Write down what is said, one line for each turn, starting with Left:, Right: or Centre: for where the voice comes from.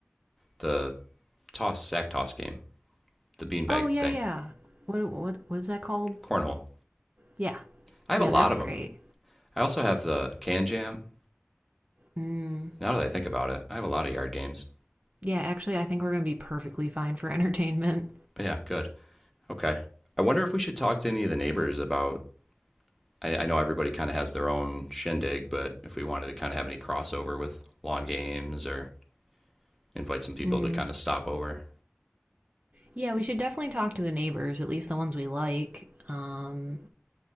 Centre: the toss sack toss game, the beanbag
Right: Oh yeah,
Centre: thing,
Right: yeah. What what what is that called?
Centre: cornhole.
Right: Yeah,
Centre: I have
Right: yeah,
Centre: a lot
Right: that's
Centre: of
Right: great.
Centre: them. I also have the can jam.
Right: Mm.
Centre: Now that I think about it, I have a lot of yard games.
Right: Yeah, actually, I think we're gonna be perfectly fine for <laughs> entertainment.
Centre: Yeah, good. Okay. I wonder if we should talk to any of the neighbors about. I, I know everybody kind of has their own shindig, but if we wanted to kind of have any crossover with lawn games or invite some people
Right: Mm.
Centre: to kind of stop over,
Right: Yeah, we should definitely talk to the neighbors, at least the ones we like. Um,